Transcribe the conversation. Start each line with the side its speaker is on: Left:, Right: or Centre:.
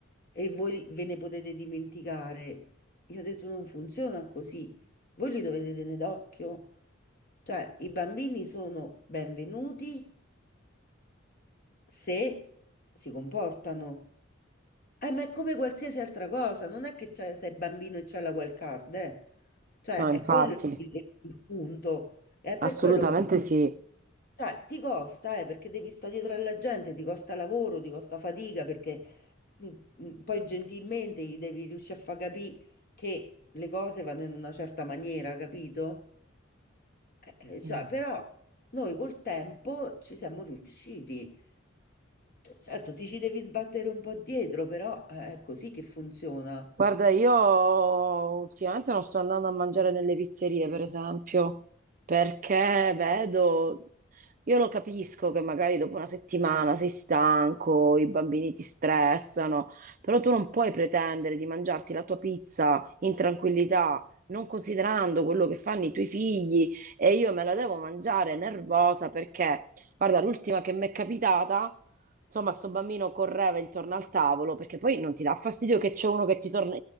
Left: e voi ve ne potete dimenticare. Io ho detto non funziona così, voi li dovete tenere d'occhio. Cioè, i bambini sono benvenuti se si comportano. Eh, ma è come qualsiasi altra cosa, non è che c'è- sei bambino e c'è la wild card, eh. Cioè,
Right: No, infatti,
Left: è quello il, il punto. È per
Right: assolutamente
Left: quello che poi,
Right: sì.
Left: cioè, ti costa, eh, perché devi stare dietro alla gente, ti costa lavoro, ti costa fatica, perché mm, mm, poi gentilmente gli devi riuscire a far capire che le cose vanno in una certa maniera, capito? Eh, eh, cioè,
Right: Mm.
Left: però noi col tempo ci siamo riusciti. Certo, ti ci devi sbattere un po' dietro, però eh, è così che funziona.
Right: Guarda, io ultimamente non sto andando a mangiare nelle pizzerie, per esempio, perché vedo, io lo capisco che magari dopo una settimana sei stanco, i bambini ti stressano, però tu non puoi pretendere di mangiarti la tua pizza in tranquillità, non considerando quello che fanno i tuoi figli e io me la devo mangiare nervosa perché, guarda, l'ultima che mi è capitata... Insomma, sto bambino correva intorno al tavolo perché poi non ti dà fastidio che c'è uno che ti torna.